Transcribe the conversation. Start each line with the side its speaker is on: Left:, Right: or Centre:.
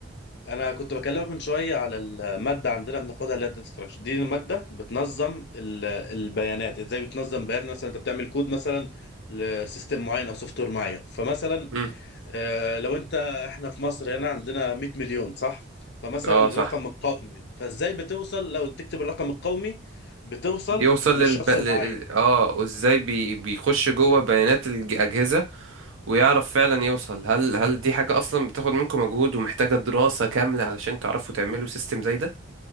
Left: أنا كنت بكلمك من شوية على المادة عندنا بناخدها اللي هي الداتا ستراكشر دي المادة بتنظم ال- البيانات إزاي بتنظم بيانات مثلا أنت بتعمل كود مثلا لسيستم معين أو سوفت وير معين فمثلا
Right: مم.
Left: آه، لو انت احنا في مصر هنا عندنا 100 مليون صح فمثلا
Right: اه
Left: الرقم
Right: صح
Left: القومي فازاي بتوصل لو تكتب الرقم القومي بتوصل
Right: بيوصل
Left: لشخص
Right: للب... لل...
Left: معين
Right: اه وازاي بي... بيخش جوه بيانات الأجهزة ويعرف فعلا يوصل هل هل دي حاجة أصلا بتاخد منكم مجهود ومحتاجة دراسة
Left: ما
Right: كاملة علشان تعرفوا تعملوا سيستم زي ده؟